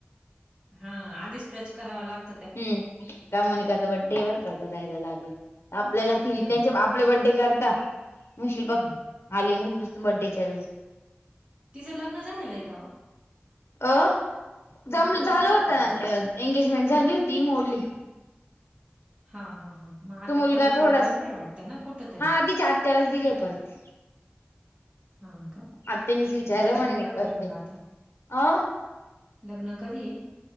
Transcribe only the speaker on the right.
हा आधी स्ट्रेच करावा लागत
हं,
हं.
तिझं लग्न झालेलं आहे का
लग्न झालेलं
आहे का तिचं?
हा हा हा मग आता
परत
जमलंय वाटत ना कुठ तरी
हा का
तेलकन
कधी
मंगता
लग्न कधी आहे